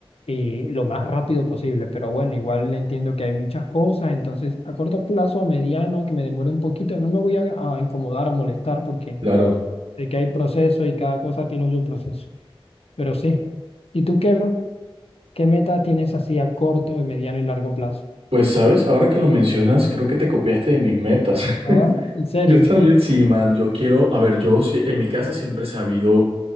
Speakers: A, on the left; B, on the right.
A: eh, lo más rápido posible, pero bueno, igual entiendo que hay muchas cosas, entonces a corto plazo, mediano, que me demore un poquito, no me voy a, a incomodar, a molestar porque
B: claro.
A: sé que hay proceso y cada cosa tiene su proceso, pero sí. ¿Y tú qué, bro? ¿Qué meta tienes así a corto, mediano y largo plazo?
B: Pues, ¿sabes? Ahora que lo mencionas,
A: Mm.
B: creo que te copiaste de mis metas. <laughs>
A: ¿Ah? ¿En serio?
B: Yo también, sí, man, yo quiero, a ver, yo si- en mi casa siempre se ha habido,